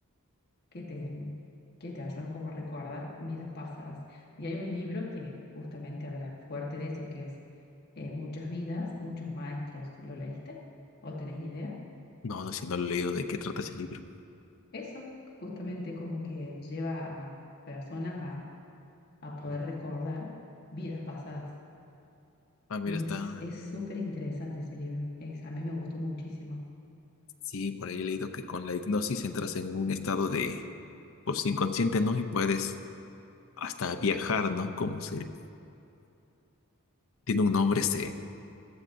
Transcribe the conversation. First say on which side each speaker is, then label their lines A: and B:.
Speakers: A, on the left (about 45°); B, on the left (about 65°).
A: que te, mm, que te ayudan como a recordar vidas pasadas. Y hay un libro que justamente habla fuerte de eso, que es eh, Muchas vidas, muchos maestros. ¿Lo leíste? ¿O tenés idea?
B: No, no sé, no lo he leído de qué trata ese libro.
A: Eso justamente como que lleva a personas a, a poder recordar vidas pasadas.
B: Ah, mira,
A: Y
B: está.
A: es es súper interesante ese libro. Es, a mí me gustó muchísimo,
B: Sí, por ahí he leído que con la hipnosis entras en un estado de, pues, inconsciente, ¿no? Y puedes hasta viajar, ¿no? Como se tiene un nombre se